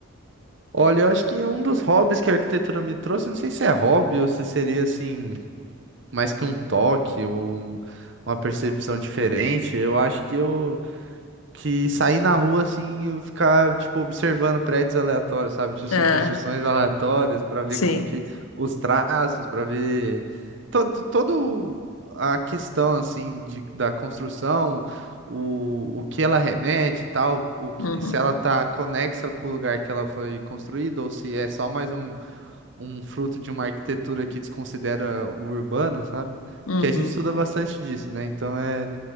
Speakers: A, on the right; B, on the left.
A: Olha, eu acho que um dos hobbies que a arquitetura me trouxe, não sei se é hobby ou se seria assim, mais que um toque ou um- uma percepção diferente, eu acho que eu que sair na rua assim e ficar tipo observando prédios aleatórios, sabe? Tipo assim,
B: Ah,
A: construções aleatórias pra ver
B: sim.
A: como que os traços, pra ver to to- toda o- a questão assim de, da construção, o, o que ela remete e tal, o que
B: Uhum.
A: se ela tá conexa com o lugar que ela foi construída ou se é só mais um, um fruto de uma arquitetura que desconsidera o urbano, sabe?
B: Uhum.
A: Que a gente estuda bastante disso, né? Então é